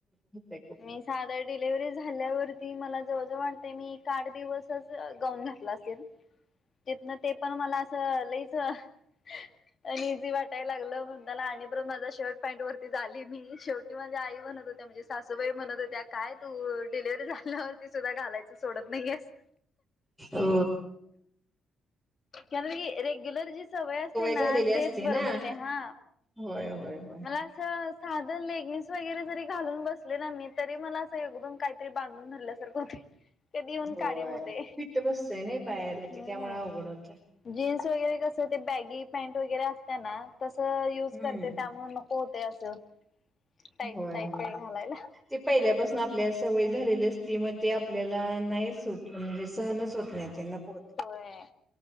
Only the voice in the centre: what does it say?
होतंय खूप
हो
झालेली असते
ना
होय होय होय
होय
फिट्ट बसतय नाही पायाला
ते त्यामुळे अवघड होतं
हम्म
होय
होय
ते पहिल्यापासून आपल्या सवयी झालेली असती मग ते आपल्याला नाही सूट म्हणजे सहनच होत नाही ते होत